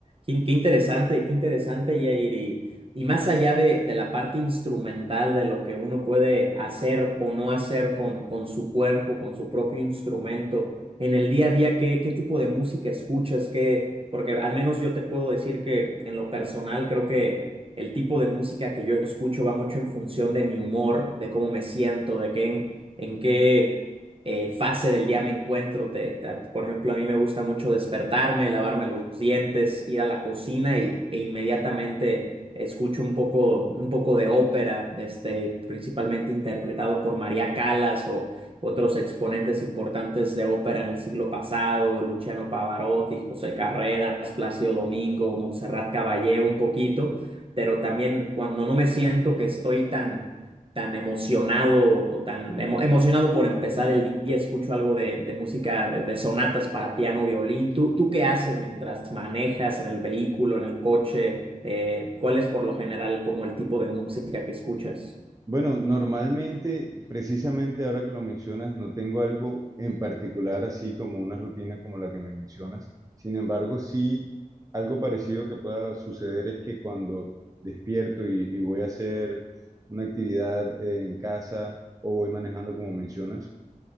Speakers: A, on the right (about 40°); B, on the right (about 25°).
A: Qué, qué interesante, qué interesante, Yair. Y, y más allá de, de la parte instrumental, de lo que uno puede hacer o no hacer con, con su cuerpo, con su propio instrumento, en el día a día, ¿qué, qué tipo de música escuchas? ¿Qué, porque al menos yo te puedo decir que en lo personal creo que el tipo de música que yo escucho va mucho en función de mi humor, de cómo me siento, de qué, en en qué eh, fase del día me encuentro. Te- te- por ejemplo, a mí me gusta mucho despertarme, lavarme los dientes, ir a la cocina y, e inmediatamente escucho un poco, un poco de ópera, este, principalmente interpretado por María Callas o otros exponentes importantes de ópera en el siglo pasado, Luciano Pavarotti, José Carreras, Plácido Domingo, Montserrat Caballé un poquito, pero también cuando no me siento que estoy tan tan emocionado o tan emo- emocionado por empezar el día, escucho algo de, de música de, de sonatas para piano, violín. ¿Tú, tú qué haces mientras manejas en el vehículo, en el coche? Eh, ¿cuál es por lo general como el tipo de música que escuchas?
B: Bueno, normalmente, precisamente ahora que lo mencionas, no tengo algo en particular así como una rutina como la que me mencionas. Sin embargo, sí, algo parecido que pueda suceder es que cuando despierto y, y voy a hacer una actividad eh, en casa o voy manejando como mencionas,